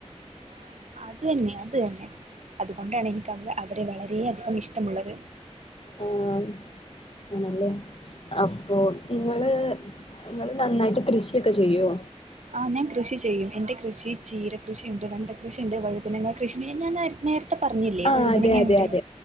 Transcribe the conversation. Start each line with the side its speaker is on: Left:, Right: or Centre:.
Right: ആഹ് അതന്നെ അതന്നെ അതുകൊണ്ടാണ് എനി <unintelligible> വളരെ അധി ഇഷ്ടമുള്ളത്
Left: ആഹ് ആണല്ലേ അപ്പൊ നിങ്ങള് നിങ്ങള് നന്നായിട്ട് കൃഷിയൊക്കെ ചെയ്യോ?
Right: ആഹ് ഞാൻ കൃഷി ചെയ്യും. എന്റെ കൃഷി ചീര കൃഷീണ്ട്, വെണ്ട കൃഷീണ്ട്, വഴുതനങ്ങ കൃഷീണ്ട് ഞാൻ നേര നേര ത്തെ പറഞ്ഞില്ലേ
Left: ആഹ്
Right: വഴുതനങ്ങയുണ്ട്
Left: അതെ അതെ അതെ